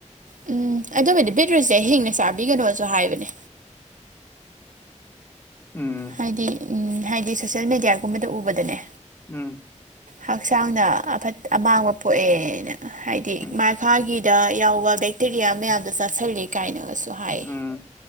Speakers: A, on the right; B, on the left.
A: ꯑꯘꯨꯒ ꯑꯗꯨꯕꯨꯗꯤ ꯕꯦꯠꯔꯨꯁꯦ ꯍꯦꯡꯅ ꯆꯥꯕꯤꯒꯅꯣꯁꯨ ꯍꯥꯏꯕꯅꯦ
B: ꯎꯝ
A: ꯍꯥꯏꯗꯤ ꯎꯝ ꯍꯥꯏꯗꯤ ꯁꯣꯁꯦꯜ ꯃꯦꯗꯤꯌꯥꯒꯨꯝꯕꯗ ꯎꯕꯗꯅꯦ
B: ꯎꯝ
A: ꯍꯛꯆꯥꯡꯗ ꯑꯃꯥꯡꯕ ꯄꯣꯛꯑꯦꯅ ꯍꯥꯏꯗꯤ
B: ꯎꯝ
A: ꯃꯥꯥꯒꯤ ꯗ ꯌꯥꯎꯕ ꯕꯦꯛꯇꯦꯔꯤꯌꯥ ꯃꯌꯥꯝꯗꯣ ꯆꯥꯥꯁꯂꯦ ꯀꯥꯏꯅꯒꯁꯨ ꯍꯥꯏ
B: ꯎꯝ